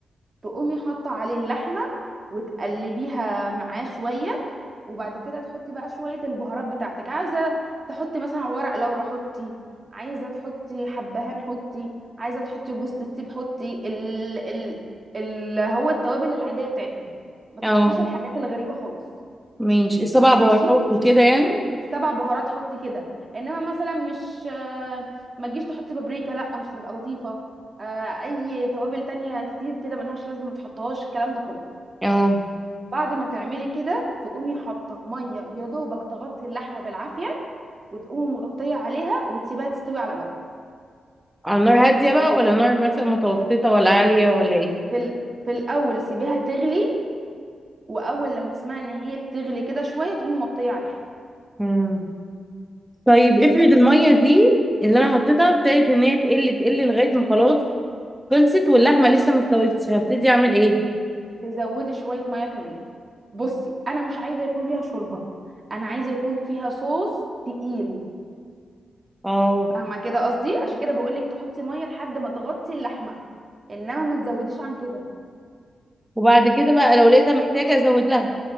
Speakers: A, on the right; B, in the centre.
A: تقومي حاطه عليه اللحمه وتقلبيها معاه شويه وبعد كده تحطي بقى شويه البهارات بتاعتك عايزه تحطي مثلا ورق لورا حطي عايزه تحطي حبهان حطي عايزه تحطي جوز الطيب حطي ال ال ال هو التوابل العاديه بتاعتنا ما تحطيش
B: اه
A: الحاجات الغريبه خالص
B: ماشي السبع بهارات
A: ماشي
B: وكده يعني
A: السبع بهارات حطي كده انما مثلا مش آه، ما تجيش تحطي بابريكا لا مش هتبقى لطيفه آه، اي توابل تانية كتير كده ملهاش لازمه ما تحطهاش الكلام ده كله
B: اه
A: بعد ما تعملي كده تقومي حاطه ميه يا دوبك تغطي اللحمه بالعافيه وتقومي مغطيه عليها وتسيبها تستوي على جنب
B: على نار هادية بقى ولا نار مثلا متوسطة ولا عالية ولا ايه
A: في ال... في الاول سيبيها تغلي واول لما تسمعي ان هي بتغلي كده شويه تقومي مغطيه عليها
B: مم. طيب افرض
A: وسيبها
B: المية دي اللي انا حطيتها ابتدت ان هي تقل تقل لغاية ما خلاص خلصت واللحمة لسه ما استوتش هبتدي اعمل ايه
A: تزودي شويه ميه كمان بصي انا مش عايزه يكون فيها شوربه انا عايزه يكون فيها صوص تقيل
B: اه
A: فاهمه كده قصدي عشان كده بقول لك تحطي ميه لحد ما تغطي اللحمه انما ما تزوديش عن كده
B: وبعد كده بقى لو لقيتها محتاجة ازود لها